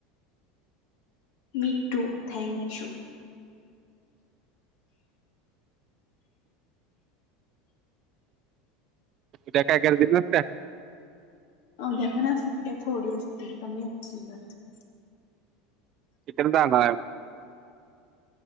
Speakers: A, on the left (about 75°); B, on the right (about 40°).
A: मी टु थँक्यू.
B: ऊद्या काय गर्दी नसत्या?
A: उद्या पण असत थोडी असते कमी असते गर्दी.
B: ईकडुन जाणार.